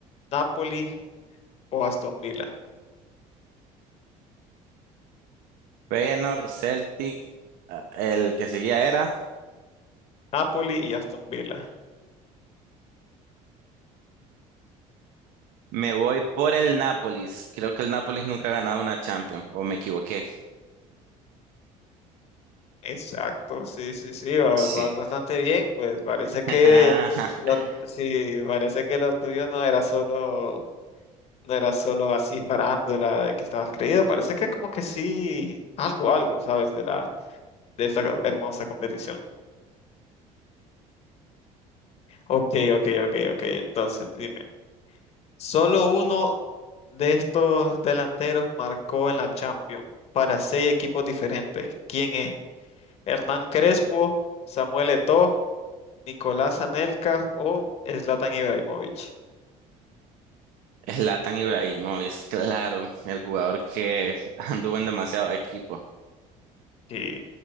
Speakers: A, on the left; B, on the right.
A: Napoli o Aston Villa.
B: Feyenoord, Celtic, ah, el que seguía era.
A: Napoli y Aston Villa.
B: Me voy por el Nápoles. Creo que el Nápoles nunca ha ganado una Champions, o me equivoqué.
A: Exacto, sí, sí, sí, va-
B: Sí.
A: vas, bastante bien. Pues parece que
B: <laughs>
A: lo, sí, parece que lo tuyo no era solo, no era solo así parándola de que estabas creído. Parece que como que sí, algo, algo, ¿sabes? De la de esta hermosa competición. Ok, ok, ok, ok. Entonces, dime, solo uno de estos delanteros marcó en la Champions para seis equipos diferentes. ¿Quién es? ¿Hernán Crespo, Samuel Eto'o, Nicolás Anelka o Zlatan Ibrahimovic?
B: Zlatan Ibrahimovic, claro, el jugador que <laughs> anduvo en demasiados equipos.
A: Sí,